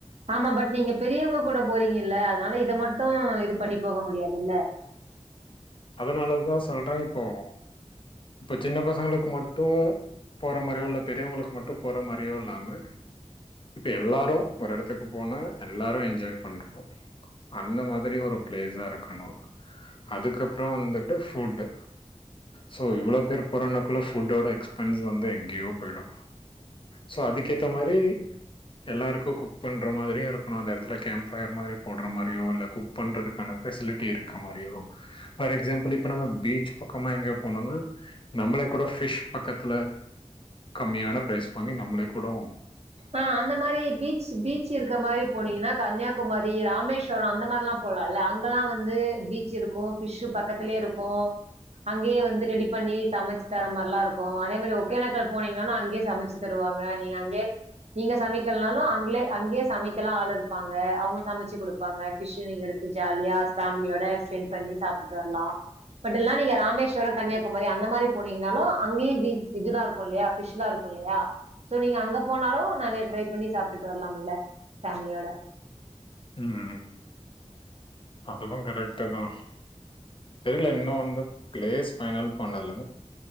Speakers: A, on the right; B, on the left.
A: ஆமா பட் நீங்க பெரியவுங்க கூட போறீங்கெல்ல அதனால இத மட்டு இது பண்ணி போக முடியாதுல்ல
B: அதனாலதா சொல்றே இப்போ இப்ப சின்ன பசங்களுக்கு மட்டு போற மாரியோ இல்ல பெரியவங்களுக்கு மட்டு போற மாரியோ இல்லாம இப்ப எல்லாரு ஒரு எடத்துக்கு போனா எல்லாரு என்ஜாய் பண்றணு அந்த மாதிரி ஒரு ப்ளேஸா இருக்கணு அதுக்கப்றோ வந்துட்டு ஃபுட்டு சோ இவ்ளோ பேரு போறோனாக்குள்ள ஃபுட்டோட எக்ஸ்பென்ஸ் வந்து எங்க்யோ போயிடு சோ அதுக்கேத்த மாரி எல்லாருக்கு குக் பண்ற மாதிரியு இருக்கணு அந்த எடத்துல கேம்ப் ஃபயர் மாரி போட்ற மாரியோ இல்ல குக் பண்றதுக்கான ஃபெசிலிட்டி இருக்க மாரியோ ஃபார் எக்ஸாம்பிள் இப்ப நம்ம பீச் பக்கமா எங்கயோ போனோனா நம்மள கூட ஃபிஷ் பக்கத்துல கம்மியான ப்ரைஸ்க் பண்ணி நம்மளே கூடோ
A: அ அந்த மாரி பீச்சு பீச் இருக்குற மாரி போனீங்கனா கன்னியாகுமாரி ராமேஷ் வறோ அந்த மாரிலா போலால அங்கெல்லா வந்து பீச் இருக்கு ஃபிஷ்ஷு பக்கத்துலே இருக்கு அங்கேயே வந்து ரெடி பண்ணி சமச் தர மார்லாருக்கு அதே மாரி ஒகேனக்கல் போனீங்கனா அங்க்யே சமச்சு தரு வாங்க நீங்க அங்கே நீங்க சமைக்கல்னாலு அங்கிலே அங்க்யே சமைக்கலா ஆள் இருப்பாங்க அவுங்க சமச்சு குடுப்பாங்க ஃபிஷ்ஷு நீங் எடு த்து ஜாலியா ஃபேமிலியோட ஸ்பெண் பண்ணி சாப்ட்டுட் வர்லா பட் இல்னா நீங்க ராமேஸ்வரோ கன்னியாகுமரி அந்த மாரி போனீங்கனாலு அங்கயு பீச் இதுல்லா இருக்கு இல்லியா ஃபிஷ் லா இரு க்கு இல்லையா சோ நீங்க அங்கப் போனாலு நெறைய ட்ரை பண்ணி சாப்டுட்டு வரலாம்ல ஃபேமிலியோட
B: ம் ம் ம் அதுவு கரெக்ட்டு தா தெரில இன்னு வந்து ப்ளேஸ் ஃபைனல் பண்ணல.